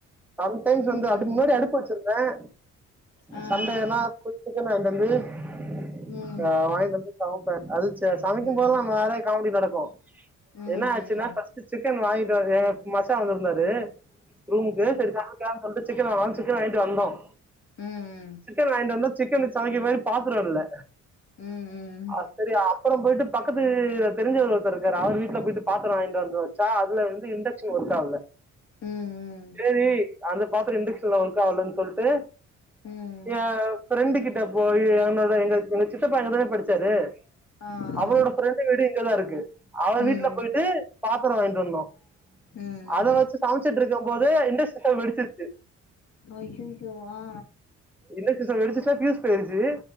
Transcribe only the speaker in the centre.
சம்டைம்ஸ்
வந்து அதுக்கு முன்னாடி
அடுப்பு வச்சிருந்தேன்
சண்டேனா
குக்க <unintelligible> வ <unintelligible>
ஆஹ வாங்கிட்டு வந்து சா அது சரி சமைக்கும்
போகலாம்
வேற <unintelligible> காமெடி நடக்கும்
என்ன ஆச்சுன்னா பஸ்டு சிக்கன் வாங்கிட் என் மசா வந்திருந்தாரு <unintelligible> ரூமுக்கு சேரி சமைக்கலாம் சொல்லிட்டு சிக்கன் வாங்கலாம் சிக்கன் வாங்கிட்டு வந்தோம்
சிக்கன் வாங்கிட்டு வந்தோம் சிக்கன் சமைக்கிற மாரி பாத்ரம் இல்ல
ஆ செரி அப்புறம் போயிட்டு பக்கத்துல தெரிஞ்சவர் ஒருத்தர் இருக்காரு அவர் வீட்ல போயிட்டு பாத்ரம் வாங்கிட்டு வந்து வச்சா அதுலவந்து இண்டக்ஷன் ஒர்க் ஆகல
சேரி அந்த பாத்ரம் இண்டக்ஷன்ல ஒர்க் ஆகலன்னு சொல்லிட்டு
ஏ பிரெண்டு கிட் போயி என்னோட எங்க எங்க சித்தப்பா அங்க தானே படிச்சாரு
அவுரோட பிரண்டு வீடு இங்கதான் இருக்கு அவர்
வீட்ல போயிட்டு பாத் த்ரம் வாயிட்டுவந்தோம்
அத வச்சு சமைச்சுட்டு இருக்கும் போதே இண்டக்ஷன் ஸ்டவ் வெடிச்சிருச்சு
இண்டக்ஷன் ஸ்டவ் வெடிச்சி பியூஸ் போயிடுச்சு